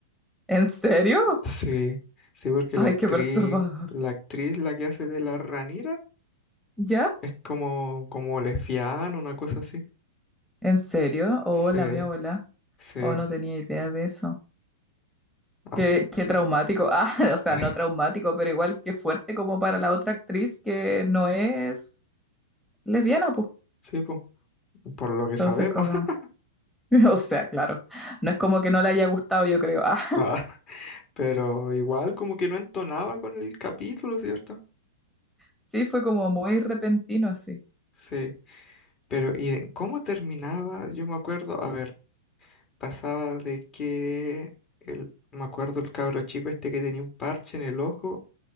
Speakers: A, in the centre; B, on the left (about 30°).
A: ¿En serio?
B: Sí, sí, porque
A: Ay,
B: la actriz,
A: qué perturbador.
B: la actriz la que hace de la Ranira
A: ¿Ya?
B: es como, como lesbiana, una cosa así.
A: ¿En serio? Hola,
B: sí
A: mi abuela.
B: sí
A: Oh, no tenía idea de eso.
B: así
A: Qué, qué traumático. <laughs> Ah,
B: <sighs>
A: o sea, no traumático, pero igual qué fuerte como para la otra actriz que no es lesbiana, pues.
B: sí, po, por lo que
A: Entonces,
B: sabemos.
A: como,
B: <laughs>
A: <laughs> o sea, claro, no es como que no le haya gustado, yo creo. Ah,
B: Nada. Pero igual como que no entonaba con el capítulo, ¿cierto?
A: <laughs> sí, fue como muy repentino, así.
B: Sí. Pero, ¿y en cómo terminaba? Yo me acuerdo, a ver, pasaba de que el, me acuerdo el cabro chico este que tenía un parche en el ojo.